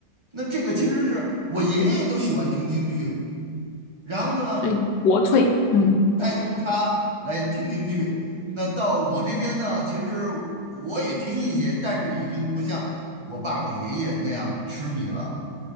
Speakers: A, on the right; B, on the left.
A: 那这个其实是我爷爷都喜欢听京剧，然后呢。
B: 所以国粹，嗯。
A: 带动他来听京剧。那到我这边呢，其实我也听一些，但是已经不像我爸我爷爷那样痴迷了。